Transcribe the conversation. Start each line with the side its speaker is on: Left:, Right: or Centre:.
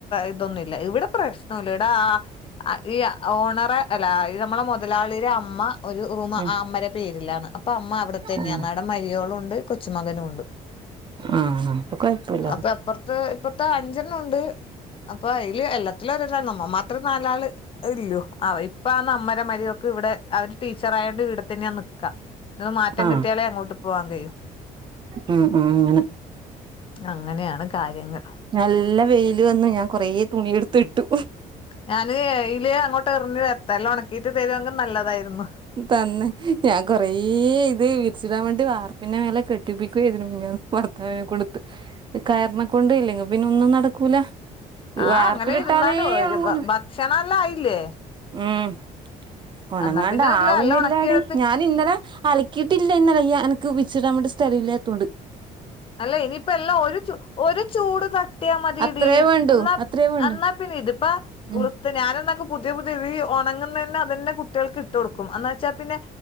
Left: ഇതൊന്നുമില്ല. ഇവിടെ പ്രശ്നംല്ല. അ ഇ ഓണറേ അല്ല നമ്മളെ മുതലാളിടെ അമ്മ അമ്മ ഒരു റൂം ആ
Right: ഉം
Left: അമ്മടെ പേരിലാണ്. അപ്പൊ അമ്മ അവിടെ തന്നെയാന്ന്
Right: ആഹ്
Left: അവ മരിയോളും ണ്ട് കൊച്ചുമകനും ണ്ട്.
Right: ആഹ് അപ്പൊ കൊഴപ്പല്ലാലോ
Left: അപ്പ അപ്പറ ത്ത് ഇപ്പത്തെ അഞ്ചെണ്ണം ഉണ്ട്. അപ്പൊ അതില് എല്ലാത്തിലും ഒരെണ്ണം. നമ്മ മാത്രം നാലാള്. ഇല്ലോ. ആ ഇപ്പ അന്ന് അമ്മരെ മരിയോക്ക് ഇവിടെ അവര് ടീച്ചറ് ആയോണ്ട് ഇടെ തന്നെയാ നി ക്കാ. ന്ന് മാറ്റം
Right: ആഹ്
Left: കിട്ടിയാലേ അങ്ങോട്ട് പോവാൻ കഴിയൂ.
Right: ഉം ഉം അങ്ങനെ.
Left: അങ്ങനെയാണ് കാര്യങ്ങൾ.
Right: നല്ല വെയില് വന്നു, ഞാൻ കൊറേ തുണി എടുത്ത് ഇട്ടു.
Left: ഞാന് ഇയില് അങ്ങോട്ട് എറിഞ്ഞ് തരട്ടെ. എല്ലോ ഉണക്കീയിട്ട് തരുങ്കിൽ നല്ലതായിരുന്നു.
Right: തന്നെ. ഞാൻ കൊറേ ഇത് വിരിച്ചിടാൻ വേണ്ടി വാർപ്പിന്റെ മേലെ കെട്ടിപ്പിക്കുവ ഇതിന് മുന്നേ. ഭർത്താവിനെ കൊടുത്ത്. കയറിനെ കൊണ്ട് ഇല്ലെങ്കി പിന്നെ ഒന്നും നടക്കൂല.
Left: ആഹ
Right: വാർപ്പിലിട്ടാലേ
Left: അങ്ങനെ ഇരുന്നാലും ഒരു
Right: ഒണങ്ങൂല
Left: ഭക്ഷണം എല്ലാം ആയില്ലേ?
Right: ഉം ഉണങ്ങാണ്ട
Left: എന്നാ പിന്നെ ഇല്ല
Right: ആവുന്നില്ലാടി.
Left: എല്ലാം ഉണക്കിയെടുത്ത്
Right: ഞാൻ ഇന്നലെ അലക്കിട്ടില്ല, ഇന്നലെ അനക്ക് വിരിച്ചിടാൻ വേണ്ടി സ്ഥലല്ലാത്തോണ്ട്.
Left: അല്ലേ ഇനിയിപ്പ എല്ലാം ഒരു ചൂ ഒരു ചൂട് തട്ടിയാ മതിടി.
Right: അത്രേ വേണ്ടു
Left: എന്നാ
Right: അത്രേ വേണ്ടു
Left: എന്നാ പിന്ന ഇതിപ്പ കുള
Right: ഉം
Left: ഇപ്പ ഞാൻ എന്നാക്കും പുതിയ പുതിയ ഈ ഉണങ്ങുന്ന തന്നെ അതന്നെ കുട്ടികൾക്ക് ഇട്ട് കൊടുക്കും. എന്നാ വെച്ചാൽ പിന്നെ,